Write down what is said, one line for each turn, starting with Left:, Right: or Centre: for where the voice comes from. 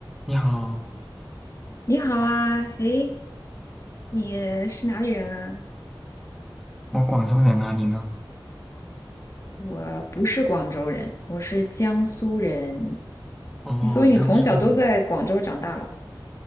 Centre: 你好，
Left: 你好啊，诶，你是哪里人啊？
Centre: 我广州人啊，你呢？
Left: 我不是广州人，我是江苏人。
Centre: 哦，
Left: 诶所以你从小都在广州长大了？
Centre: 江苏人，